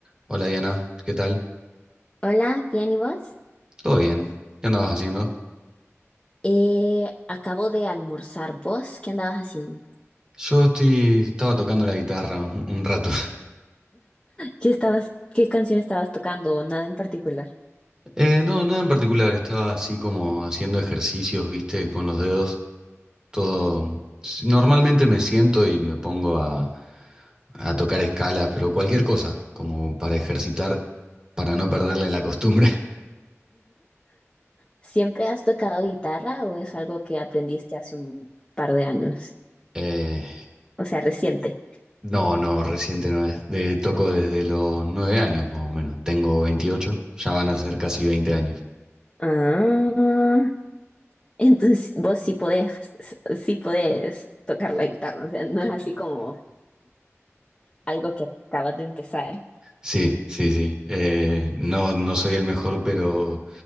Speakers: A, on the right; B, on the left.
A: Hola Diana, ¿qué tal?
B: Hola, bien, ¿y vos?
A: ¿Todo bien? ¿Qué andabas haciendo?
B: Eh, acabo de almorzar. ¿Vos qué andabas haciendo?
A: Yo estoy, estaba tocando la guitarra un un rato. <laughs>
B: ¿Qué estabas, qué canción estabas tocando o nada en particular?
A: Eh, no, nada en particular, estaba así como haciendo ejercicios, viste, con los dedos. Todo. s- Normalmente me siento y me pongo a, a tocar escalas, pero cualquier cosa, como para ejercitar, para no perderle la costumbre. <laughs>
B: ¿Siempre has tocado guitarra o es algo que aprendiste hace un par de años?
A: Eh,
B: O sea, reciente.
A: no, no, reciente no es. De, toco desde los nueve años más o menos. Tengo 28. ya van a ser casi 20 años.
B: Ah, entonces vos sí podés, sí podés tocar la guitarra, o sea, no es así como algo que acabas de empezar.
A: Sí, sí, sí. Eh, no, no soy el mejor, pero